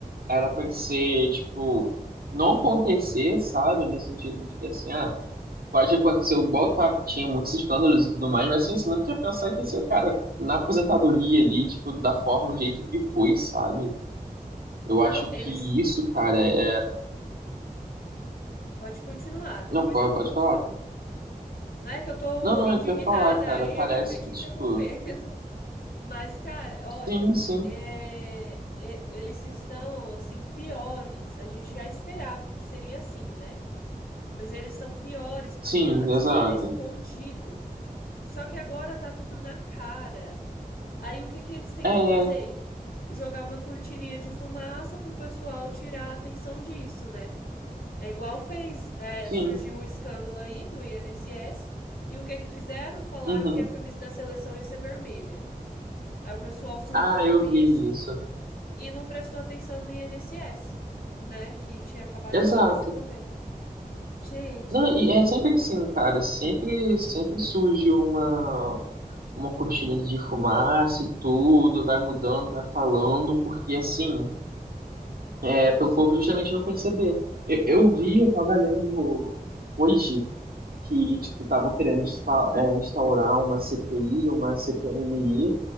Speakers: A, on the right (about 80°); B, on the left (about 80°).
A: era pra ser, tipo, não acontecer, sabe? No sentido de que, assim, ah. pode acontecer, igual tá, tinha muitos escândalos e tudo mais, mas assim, você não tinha pensar que esse cara, na aposentadoria ali, tipo, da forma,
B: Uhum.
A: o jeito que foi, sabe? Eu
B: Não,
A: acho
B: eles.
A: que isso, cara, é.
B: Pode continuar, depois
A: Não, pode,
B: eu,
A: pode
B: eu
A: falar.
B: falo. Não é que eu tô
A: Não, não,
B: indignada,
A: eu queria falar, cara.
B: aí
A: Parece
B: acabei te
A: que, tipo,
B: interrompendo. <laughs> Mas, cara, olha,
A: sim, sim,
B: é- é- eles estão, assim, piores. A gente já esperava que seria assim, né? Mas eles estão piores porque
A: sim,
B: antes
A: exato.
B: era escondido. Só que agora tá tudo na cara. Aí o que que eles tentam
A: É,
B: fazer? Jogar uma cortininha de fumaça pro pessoal tirar a atenção disso, né? É igual fez, é,
A: sim,
B: surgiu o escândalo aí do INSS, e o que que fizeram? Falaram
A: uhum.
B: que a camisa da seleção ia ser vermelha. Aí o pessoal surtou
A: Ah,
B: com
A: eu vi
B: isso
A: isso.
B: e não prestou atenção no INSS, né? Que tinha acabado de
A: Exato.
B: acontecer também. Gente,
A: Não, e é sempre assim, cara. Sempre, sempre surge uma, uma cortina de fumaça e tudo, vai mudando, vai falando, porque assim, é para o povo justamente não perceber. Eu, eu vi, eu tava lendo hoje que tipo estavam querendo insta- é, instaurar uma CPI, uma CPMI,